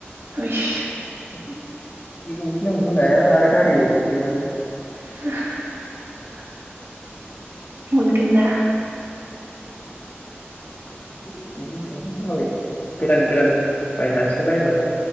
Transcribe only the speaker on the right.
इस।
<unintelligible> मोनगोन ना।